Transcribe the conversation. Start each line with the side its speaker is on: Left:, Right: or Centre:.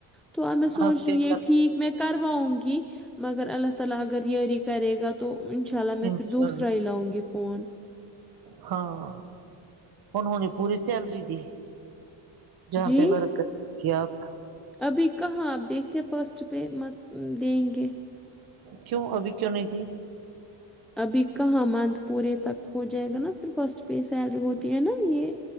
Centre: تو اب میں سوچ
Right: آپ کیا
Centre: رہی ہوں یہ
Right: کر رہے
Centre: ٹھیک میں کرواؤں گی مگر اللہ تعالی اگر یری کرے گا تو تو انشاء اللہ
Right: ہیں؟
Centre: میں
Right: انشاء
Centre: پھر دوسرا
Right: اللہ
Centre: ہی لاؤں گی فون
Right: ہاں انہونے پوری سیلری دی جہاں
Centre: جی
Right: پہ ورک کر تھی آپ
Centre: ابھی کہاں اب دیکھتے فسٹ پے مت دیں گے
Right: کیوں ابھی کیوں نہیں دی
Centre: ابھی کہاں منتھ پورے تک ہو جائے گا نا پھر فرسٹ پے سیلری ہوتی ہے نا یہ